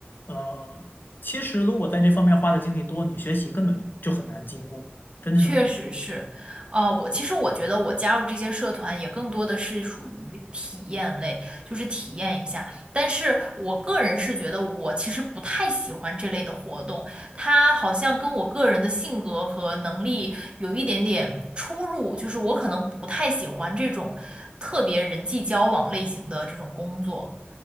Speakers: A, on the left; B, on the right.
A: 呃，其实如果在这方面花的精力多，你学习根本就很难兼顾，真的是很难。
B: 确实是，啊，我其实我觉得我加入这些社团也更多的是属于体验类，就是体验一下。但是我个人是觉得我其实不太喜欢这类的活动，它好像跟我个人的性格和能力有一点点出入，就是我可能不太喜欢这种特别人际交往类型的这种工作。